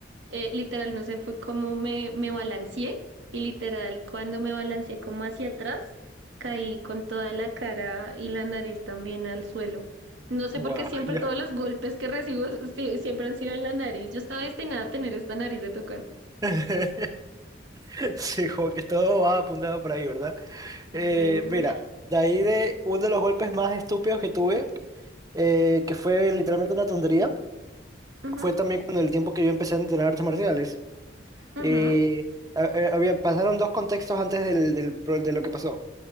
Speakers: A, on the right (about 85°); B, on the right (about 20°).
A: eh, literal, no sé, fue como me, me balanceé y literal, cuando me balanceé como hacia atrás, caí con toda la cara y la nariz también al suelo. No sé
B: Wow,
A: por qué siempre
B: ya.
A: todos los golpes que recibo <laughs> sí- siempre han sido en la nariz. Yo estaba destinada a tener esta nariz de tucán.
B: <laughs> Sí, como que todo va apuntado por ahí, ¿verdad? Eh,
A: Sí.
B: mira, de ahí de uno de los golpes más estúpidos que tuve, eh, que fue literalmente una tontería,
A: Ujú,
B: fue también con el tiempo que yo empecé a entrenar artes marciales.
A: ujú,
B: Eh, ha- ha- había, pasaron dos contextos antes del, del pro- de lo que pasó.